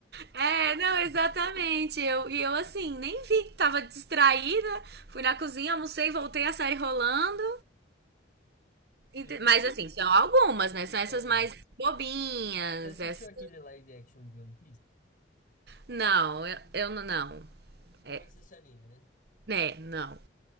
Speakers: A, on the right; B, on the left.
A: É, não,
B: <laughs>
A: exatamente. Eu, e eu, assim, nem vi tava distraída. Fui na cozinha, almocei, voltei a série rolando. Ente-
B: E,
A: Mas assim, são algumas, né? São essas
B: Paulo,
A: mais
B: mano,
A: bobinhas.
B: você assistiu
A: Essas...
B: aquele live action de One Piece?
A: Não, eu, eu não. não.
B: Tu
A: É,
B: não assiste anime, né?
A: né, não.